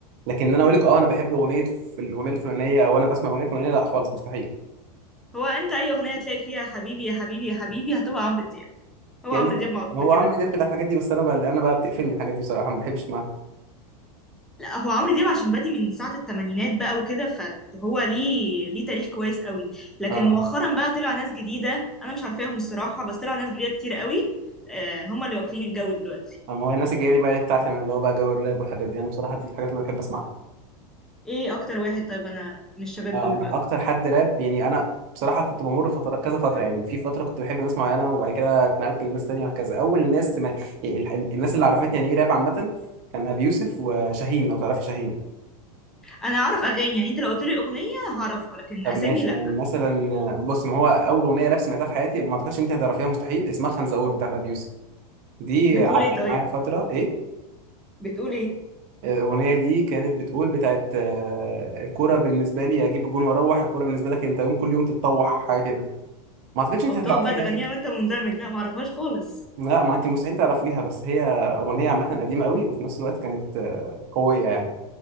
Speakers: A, on the right; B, in the centre.
A: لكن إن انا اقول لك اه انا بحب اغنيه في الاغنيه الفلانيه او انا بسمع الاغنيه الفلانيه لا خالص مستحيل
B: هو انت اي اغنية تلاقي فيها حبيبي يا حبيبي يا حبيبي هتبقى عمرو دياب هو
A: يعني
B: عمرو
A: في-
B: دياب معروف بكده
A: هو عمرو دياب بتاع الحاجات دي بس انا بقى انا بقى بتقفلني الحاجات دي بصراحه ما بحبش اسمعها
B: لا هو عمرو دياب عشان بادي من ساعة التمانينات بقى وكده فهو ليه ليه تاريخ كويس قوي لكن
A: اه
B: مؤخرا بقى طلع ناس جديدة أنا مش عارفاهم الصراحة بس طلع ناس جديدة كتير قوي آه، هما اللي واكلين الجو دلوقتي
A: اما هو الناس الجايه دي بقى بتاعتي انا اللي هو بقى جو الراب والحاجات دي انا بصراحه دي الحاجات اللي انا بحب اسمعها
B: ايه أكتر واحد طيب أنا من الشباب دول
A: انا
B: بقى
A: اكتر حد راب يعني انا بصراحه كنت بمر فتره كذا فتره يعني في فتره كنت بحب ناس معينه وبعد كده اتنقلت لناس تانية وهكذا اول ناس ما... يعني ال- ال- الناس اللي عرفتني يعني ايه راب عامه كان ابي يوسف وشاهين لو تعرف شاهين
B: أنا أعرف أغاني يعني أنت لو قلت لي أغنية هعرفها لكن
A: طب
B: أسامي
A: ماشي
B: لأ
A: يعني مثلا بص ما هو اول اغنيه راب سمعتها في حياتي ما اعتقدش ان انت هتعرفيها مستحيل اسمها خنزقور بتاعت ابي يوسف دي
B: بتقول
A: علقت
B: ايه طيب
A: معايا فتره ايه
B: بتقول ايه
A: الاغنيه دي كانت بتقول بتاعت آه، الكوره بالنسبه لي اجيب الجون واروح الكوره بالنسبه لك انت يوم كل يوم تتطوح حاجه كده ما اعتقدش انت
B: أو
A: هتعرفيها
B: تقعد بقى تغنيها
A: يعني.
B: وأنت مندمج لأ معرفهاش خالص
A: لا ما انت مستحيل تعرفيها بس هي اغنيه عامه قديمه قوي وفي نفس الوقت كانت آه، قويه يعني